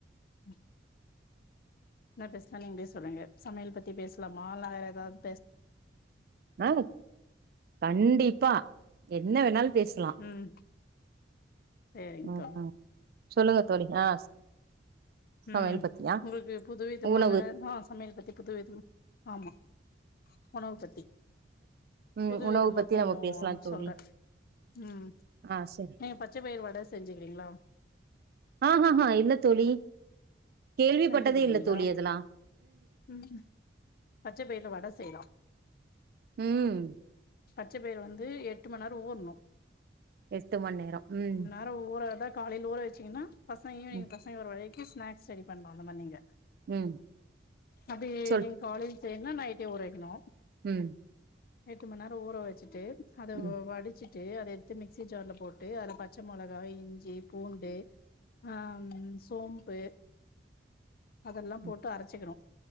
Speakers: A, on the left (about 55°); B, on the right (about 55°).
A: உம் என்ன பேசலா நீங்களே சொல்லுங்க சமையல் பத்தி பேசலாமா இல்லனா வேற எதாவது
B: ஆ கண்டிப்பா என்ன வேணாலும் பேசு கிலா
A: ம் சரிங்க
B: ம்
A: தோழி
B: சொல்லுங்க தோழி ஆ சமையல்
A: ம்
B: பத்தியா
A: உங்களுக்கு புது விதமான
B: உணவு
A: ஆ சமையல் பத்தி புது விதம் ஆமா உணவு பத்தி
B: ம்
A: புது
B: உணவு
A: விதமா
B: பத்தி
A: கொஞ்சம்
B: நம்ம பேசலா தோழி
A: சொல்ற ம்
B: ஆ சரி
A: நீங்க பச்ச பயிர் வட செஞ்சிக்கிறீங்களா
B: ஆஹ ஹ இல்ல தோழி கேள்விப்பட்டதே
A: செஞ்சது இல்லைங்களா
B: இல்ல தோழி அதுல்லா
A: ம் பச்ச பயிர்ல வட செய்யலாம்
B: ம்
A: பச்சை பயிர் வந்து எட்டு மணி நேரோ ஊர்ணு
B: எட்டு மணி நேரோ ம்
A: அ ஊறதாவ காலையில ஊற வச்சீங்கன்னா பசங்க ஈவினிங்
B: ம்
A: பசங்க வரவரைக்கு ஸ்நாக்ஸ் ரெடி பண்ணலா அந்த மாரி நீங்க
B: ம்
A: அப்டியே
B: சொல்
A: நீங்க காலையில செய்யணுனா நைட்டே ஊறவைக்கணு
B: ம்
A: எட்டு மணி நேர ஊற வச்சுட்டு அதை
B: ம்
A: வடிச்சு ட்டு அத எடுத்து மிக்சி ஜார்ல போட்டு அதுல பச்சை மொளகா இஞ்சி பூண்டு ஆ ம் சோம் பு அதெல்லா
B: ம்
A: போட்டு அரைச்சிக்கணு